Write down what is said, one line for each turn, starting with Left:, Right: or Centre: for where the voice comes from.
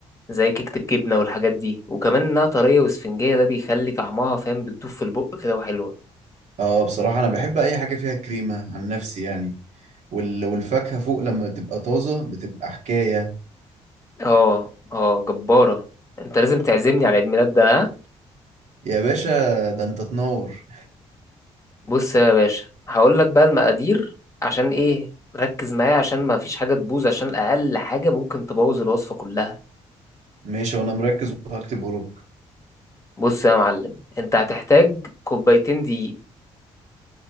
Left: زي كيكة الجبنة والحاجات دي وكمان انها طرية واسفنجية ده بيخلي طعمها فاهم بتدوب في البق كده وحلوة
Right: اه بصراحة انا بحب اي حاجة فيها كريمة عن نفسي يعني وال... والفاكهة فوق لما تبقى طازة بتبقى حكاية
Left: اه اه جبارة انت لازم تعزمني على عيد ميلاد ده ها
Right: يا باشا ده انت تنور
Left: بص يا باشا هقول لك بقى المقادير عشان ايه ركز معايا عشان ما فيش حاجة تبوظ عشان اقل حاجة ممكن تبوظ الوصفة كلها
Right: ماشي وانا مركز وهكتب وراك
Left: بص يا معلم انت هتحتاج كوبايتين دقيق